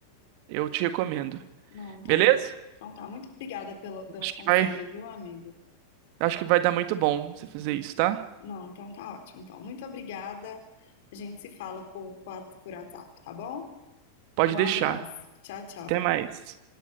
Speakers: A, on the right (about 45°); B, on the left (about 50°).
A: Eu te recomendo.
B: Não, então
A: Beleza?
B: tá. Então tá. Muito obrigada pelo, pelo
A: Acho
B: conselho,
A: que vai,
B: viu, amigo?
A: acho que vai dar muito bom você fazer isso, tá?
B: Não, então tá ótimo. Então, muito obrigada. A gente se fala por, por WhatsApp, tá bom?
A: Pode
B: Um
A: deixar.
B: abraço. Tchau, tchau.
A: Até mais.